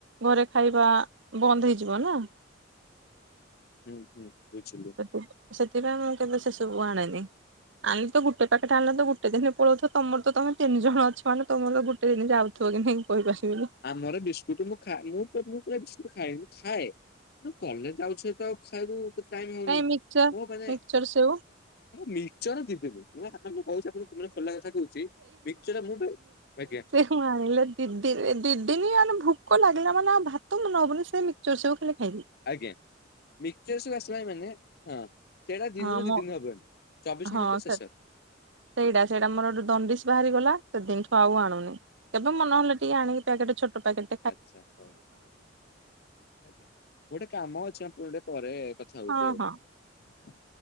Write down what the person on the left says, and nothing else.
ହୁଁ ହୁଁ ବୁଝିଲି।
ଆମର ବିସ୍କୁଟ ମୁଁ ଖା ମୁଁ ମୁଁ ପୁରା ବିସ୍କୁଟ ଖାଏନି ମୁଁ ଖାଏ। କଲେଜ୍ ଯାଉଚି ଏତେ ଆଉ ଖାଇବୁ ଟାଇମ୍ ହଉନି।
ମୋ
ମାନେ
ମୁଁ ମିକ୍ସଚର ଦି ଦିନି। ମୁଁ ଆପଣଙ୍କୁ କହୁଚି ଆପଣଙ୍କୁ ପୁରା ଖୋଲା କଥା କହୁଚି ମିକ୍ସଚର ମୁଁ ବା ଆଜ୍ଞା
ଆଜ୍ଞା। ମିକ୍ସଚର ସେଉ ଆସିଲାଣି ମାନେ ହଁ ସେଇଟା ଦିନରୁ
ଦି ଦିନି ହବନି। ଚବିଶ
ଘଣ୍ଟା ଭିତରେ
ଶେଷ
ଆଚ୍ଛା ହଉ ଆଜ୍ଞା। ଗୋଟେ କାମ ଅଛି ମୁଁ ଟିକେ ପରେ କଥା ହଉଚି
ଆଉ।